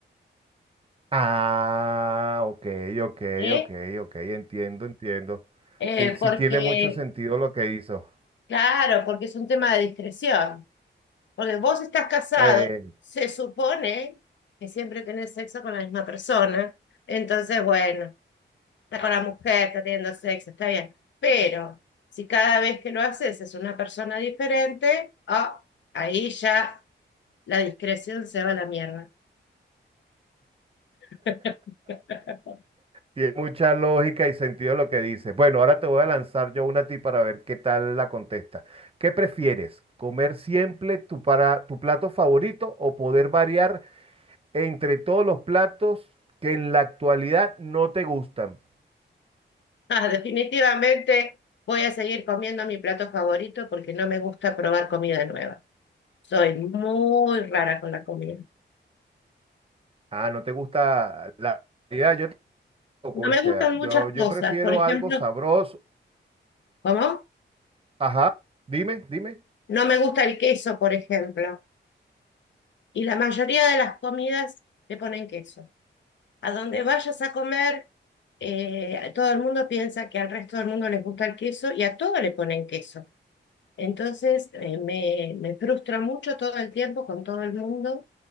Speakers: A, on the right; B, on the left.
A: Ah, ok, ok,
B: ¿eh?
A: ok, ok, entiendo, entiendo.
B: Eh,
A: Sí, sí
B: porque,
A: tiene mucho sentido lo que hizo.
B: claro, porque es un tema de discreción. Porque vos estás casado,
A: Eh,
B: se supone que siempre tenés sexo con la misma persona. Entonces, bueno, está con la mujer, está teniendo sexo, está bien. Pero si cada vez que lo haces es una persona diferente, ah, ahí ya la discreción se va a la mierda. <laughs>
A: tiene mucha lógica y sentido lo que dice. Bueno, ahora te voy a lanzar yo una a ti para ver qué tal la contesta. ¿Qué prefieres? ¿Comer siempre tu, para, tu plato favorito o poder variar entre todos los platos que en la actualidad no te gustan?
B: Ah, definitivamente voy a seguir comiendo mi plato favorito porque no me gusta probar comida nueva. Soy muy rara con la comida.
A: Ah, no te gusta la... Ya, poco,
B: No
A: ¿viste?
B: me gustan muchas
A: Yo, yo
B: cosas.
A: prefiero
B: Por ejemplo,
A: algo sabroso.
B: ¿cómo?
A: Ajá, dime, dime.
B: No me gusta el queso, por ejemplo. Y la mayoría de las comidas le ponen queso. A donde vayas a comer, eh, todo el mundo piensa que al resto del mundo les gusta el queso y a todo le ponen queso. Entonces, eh, me, me frustra mucho todo el tiempo con todo el mundo